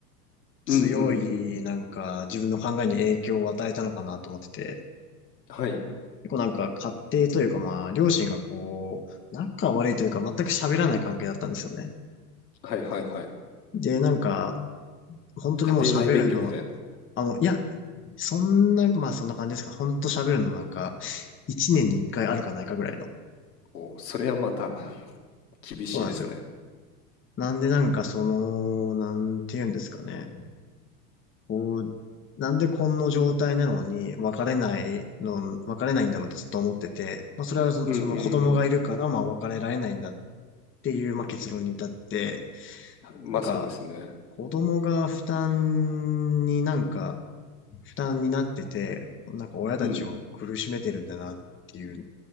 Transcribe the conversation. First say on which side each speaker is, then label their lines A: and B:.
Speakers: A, on the left (about 25°); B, on the left (about 85°).
A: 強い、
B: うんうんうん。
A: なんか自分の考えに影響を与えたのかなと思ってて、
B: はい。
A: 結構なんか家庭というかまあ、両親がこう、仲悪いというか全く喋らない関係だったんですよね。
B: はいはいはい。
A: で、なんか、本当にもう喋るの、
B: 家庭内別居みたいな。
A: あの、いや、そんな、まあそんな感じですか。ほんと喋るのなんか、一年に一回あるかないかぐらいの。
B: お、それはまた <laughs> 厳しいですね。
A: そうなんですよ。なんでなんかその、なんて言うんですかね。こう、なんでこんな状態なのに別れないの、別れないんだろうってずっと思ってて、まあそれはそその子供がいるから、
B: うんうん。
A: まあ別れられないんだっていう、まあ結論に至って、
B: まあそうですね。
A: なんか、子供が負担になんか、負担になってて、なんか親たちを苦しめてるんだなっていう
B: うん